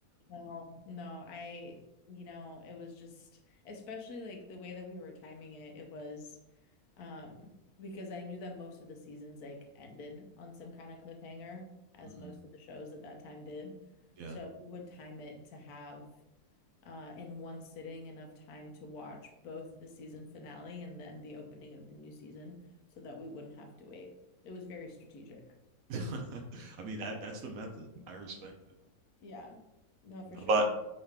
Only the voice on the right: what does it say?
Mhm.
Yeah.
<laughs> I mean that that's the method. I respect it.
Nobody